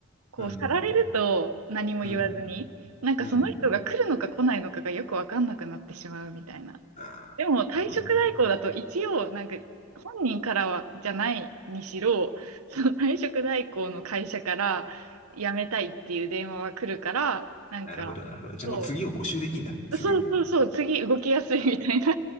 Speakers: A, on the right (about 80°); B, on the left (about 35°).
A: こう、
B: うん。
A: 去られると何も言わずに、
B: うん。
A: なんかその人が来るのか来ないのかがよくわかんなくなってしまうみたいな。
B: うん。ああ、
A: でも退職代行だと一応なんか本人からはじゃないにしろ、
B: なるほどね。
A: <laughs> その退職代行の会社から辞めたいっていう電話は来るから、なんか、
B: なるほど、なるほど。じゃあもう次を募集できんだ。
A: そ
B: すぐ。
A: う、そうそうそう、次動きやすいみたいな。
B: あ